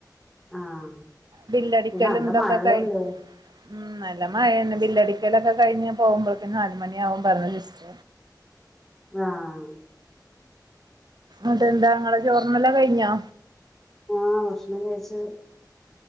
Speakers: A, in the centre; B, on the right (about 70°).
A: ആഹ്
B: ബില്ലടിക്കലും
A: നല്ല
B: തൊക്കെ
A: മഴയല്ലേ
B: കയ് ഉം നല്ല മഴേന്ന് ബില്ലടി ക്കൊലൊക്കെ ക്കഴിഞ്ഞ് പോവുമ്പ ൾക്ക്ന് നാല്മണിയാവും പറഞ്ഞ് സിസ്റ്റ
A: ആഹ് ആഹ്
B: അതെന്താ ങ്ങളെ ചോർന്നെല്ലാം കഴിഞ്ഞോ
A: ആഹ് ഭക്ഷ്ണം കഴിച്ച്